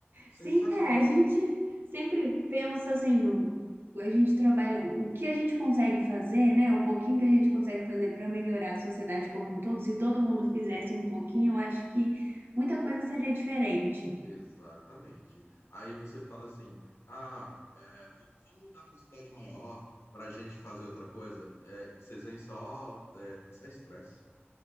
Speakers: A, on the left; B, on the right.
A: Sensacional
B: Sim, é. A gente
A: isso.
B: sempre pensa assim, o, a gente trabalha, o que a gente consegue fazer, né? O pouquinho que a gente consegue fazer para melhorar a sociedade como um todo. Se todo mundo fizesse um pouquinho, eu acho que muita coisa seria diferente.
A: Exatamente. Aí você fala assim: ah, é, vamos vamos mudar para uma cidade maior para a gente fazer outra coisa. É, vocês vêm só é, passar estresse,